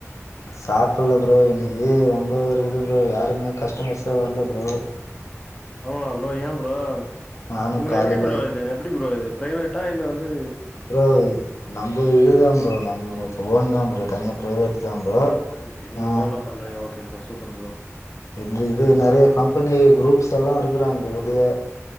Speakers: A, on the left (about 70°); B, on the left (about 15°).
A: சாப்பிட்ல ப்ரோ இன்னைக்கு ரொம்ப ஒரு இது ப்ரோ யாருமே கஸ்டமர்ஸே வர்ல ப்ரோ
B: ஆமா ப்ரோ ஏ ப்ரோ
A: நானு
B: உங்களுக்கு
A: காலையில
B: எப்டி ப்ரோ இது எப்டி ப்ரோ இது ப்ரைவேட்டா இல்ல வந்து
A: ப்ரோ இது நம்ப இதுதா ப்ரோ நம்மள்து ஓன் தா ப்ரோ தனியா பிரைவேட் தா ப்ரோ
B: ஓகே நீங்க
A: ஆ
B: ஓனா பண்றீங்க ஓகே ப்ரோ சூப்பரு ப்ரோ
A: இந்த இது நெறைய
B: ஆ ப்ரோ
A: கம்பெனி குரூப்ஸ் எல்லா இருக்கிறாங்க இதுலயே